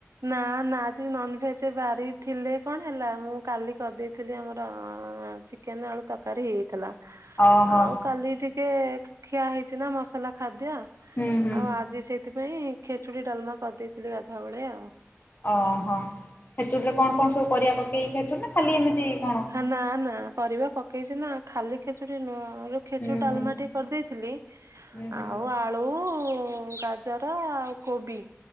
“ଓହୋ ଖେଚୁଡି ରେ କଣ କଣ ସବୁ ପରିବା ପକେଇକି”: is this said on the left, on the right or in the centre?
Left